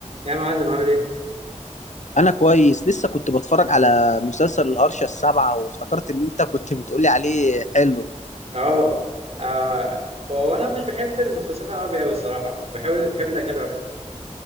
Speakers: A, on the right; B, on the left.
A: يا معلم عامل ايه؟
B: انا كويس لسه كنت بتفرج على مسلسل الهرشة السابعة وافتكرت ان انت كنت بتقولي عليه حلو
A: اه آه، هو انا مش بحب المسلسلات العربي قوي الصراحه بحب بحب الاجنبي اكتر